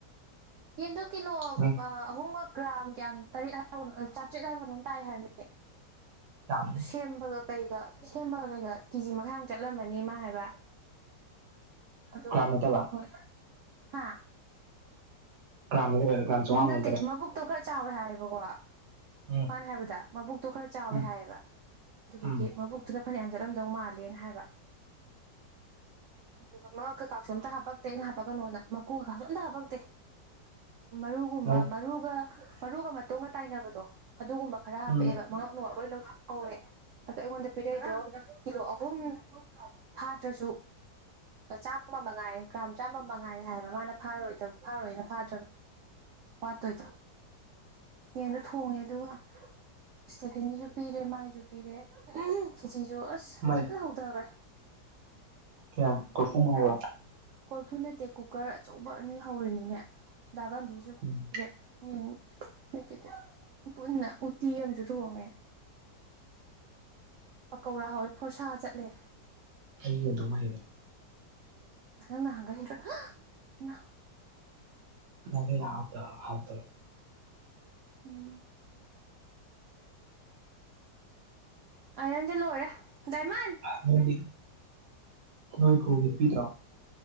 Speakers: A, on the right (about 85°); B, on the right (about 70°).
A: ꯌꯦꯟꯗꯣ ꯀꯤꯂꯣ
B: ꯎꯝ
A: ꯑꯍꯨꯝ ꯀ꯫ ꯒ꯭ꯔꯥꯝ ꯀꯌꯥꯝ ꯇꯔꯦꯠ ꯍꯥꯎ ꯆꯥꯇ꯭ꯔꯦꯠ ꯍꯥꯢꯕꯔ ꯀꯩꯅꯣꯝ ꯇꯥꯏꯦ ꯍꯥꯏꯕꯅꯦ꯫
B: ꯌꯥꯝ
A: ꯑꯗꯨ ꯁꯦꯝꯕꯒ ꯀꯩꯒ ꯁꯦꯝꯕꯒ ꯀꯩꯒ ꯀꯦꯖꯤ ꯃꯈꯥꯏꯃꯨꯛ ꯆꯠꯂꯝꯕꯅꯤ ꯃꯥ ꯍꯥꯏꯕ꯫ ꯑꯗꯨ
B: ꯒ꯭ꯔꯥꯝ ꯅꯠꯇꯕ
A: ꯍꯣꯏ ꯍꯥ꯫
B: ꯒ꯭ꯔꯥꯝ ꯅꯠꯇꯕ ꯒ꯭ꯔꯥꯝ ꯆꯥꯝꯃꯉꯥꯃꯨꯛ
A: ꯅꯠꯇꯦ
B: ꯅꯠꯇꯕ
A: ꯃꯕꯨꯛꯇꯣ ꯈꯔ ꯆꯥꯎꯋꯦ ꯍꯥꯏꯌꯦꯕꯀꯣ꯫
B: ꯎꯝ
A: ꯃꯥꯅ ꯍꯥꯏꯕꯗ ꯃꯕꯨꯛꯇꯣ ꯈꯔ ꯆꯥꯎꯋꯦ
B: ꯎꯝ
A: ꯍꯥꯏꯌꯦꯕ ꯑꯗꯨꯗꯨꯒꯤ
B: ꯎꯝ
A: ꯃꯕꯨꯛꯇꯨꯗ꯫ ꯐꯅꯌꯥꯝ ꯆꯠꯂꯝꯗꯧ ꯃꯥꯜꯂꯦꯅ ꯍꯥꯏꯕ꯫ ꯑꯗꯨꯒ ꯃꯉꯛ ꯀꯩꯀꯁꯨ ꯑꯝꯇ ꯍꯥꯄꯛꯇꯦ ꯑꯩꯅ ꯍꯥꯄꯛꯀꯅꯣꯅ ꯃꯀꯨ ꯀꯩꯀꯥꯁꯨ ꯑꯝꯇ ꯍꯥꯄꯛꯇꯦ꯫ ꯃꯔꯨꯒꯨꯝꯕ
B: ꯑꯣ
A: ꯃꯔꯨꯒ ꯃꯔꯨꯒ ꯃꯇꯣꯒ ꯇꯥꯏꯅꯕꯗꯣ ꯑꯗꯨꯒꯨꯝꯕ ꯈꯔ ꯍꯥꯞꯄꯛꯑꯦꯕ꯫
B: ꯎꯝ
A: ꯃꯉꯛ ꯅꯨꯡ ꯂꯣꯏ ꯂꯧꯊꯣꯛꯍꯧꯋꯦ꯫ ꯑꯗꯣ ꯑꯩꯉꯣꯟꯗ ꯄꯤꯔꯛꯏꯗꯣ ꯀꯤꯂꯣ ꯑꯍꯨꯝ ꯐꯗ꯭ꯔꯁꯨ꯫ ꯆꯥꯝꯃꯉꯥꯏꯦ ꯒ꯭ꯔꯥꯝ ꯆꯥꯝꯃ ꯃꯉꯥꯏꯔꯦ ꯍꯥꯏꯕ ꯃꯥꯅ ꯐꯥꯔꯣꯏꯅꯥ ꯐꯥ꯫ ꯃꯥ ꯇꯧꯗꯣ ꯌꯦꯟꯗꯣ ꯊꯣꯡꯉꯦ ꯑꯗꯨꯒ ꯏꯁꯇꯦꯐꯦꯟ ꯒꯤꯁꯨ ꯄꯤꯔꯦ ꯃꯥꯏꯁꯨ ꯄꯤꯔꯦ ꯈꯦꯆꯤꯁꯨ ꯑꯁ
B: ꯃꯥꯏ
A: ꯐꯖꯅ ꯍꯧꯊꯈ꯭ꯔꯦ
B: ꯀꯌꯥ ꯀꯐꯨꯃ <inaudible>
A: ꯀꯣꯔꯐꯨ ꯅꯠꯇꯦ ꯀꯨꯀꯔ ꯑꯆꯧꯕ ꯑꯅꯤ ꯍꯧꯔꯅꯤꯅꯦ ꯗꯥ ꯒꯥꯟꯙꯤꯁꯨ
B: ꯎꯝ
A: ꯄꯤꯔꯦ ꯌꯦ ꯀꯩ ꯄꯨꯟꯅ ꯎꯇꯤ ꯑꯃꯁꯨ ꯊꯣꯡꯉꯦ ꯄꯀꯧꯔꯥ ꯍꯧꯋꯦ ꯐꯣꯔꯁꯥ ꯆꯠꯂꯦ
B: ꯑꯩ ꯀꯩꯅꯣꯝ ꯍꯥꯏꯒꯦ
A: ꯅꯪ ꯉꯍꯟꯒꯩ <unintelligible>
B: ꯅꯚ ꯍꯥꯎꯗ ꯍꯥꯎꯗꯕ꯫
A: ꯎꯝ꯫ ꯑꯥꯏꯔꯟꯁꯦ ꯂꯣꯏꯔꯦ ꯗꯥꯏꯃꯟ꯫
B: ꯅꯣꯏꯒꯤ ꯅꯣꯏꯕꯨꯨꯒꯤꯄꯤꯗ꯭ꯔꯣ꯫